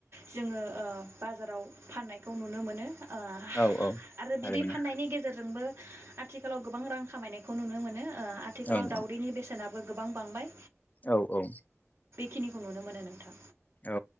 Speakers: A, on the right (about 55°); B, on the left (about 35°).
A: जोङो ओ बाजाराव फाननायखौ नुनो मोनो। ओ
B: औ औ
A: आरो
B: थारैनो
A: बिदै फाननायनि गेजेरजोंबो आथिखालाव गोबां रां खामायनायखौ नुनो मोनो ओआथिखालाव
B: ओं ओं
A: दावउदैनि बेस सेनाबो गोबां बांबाय
B: औ औ
A: खिनिखौ नुनो मोनो नोंथां
B: औ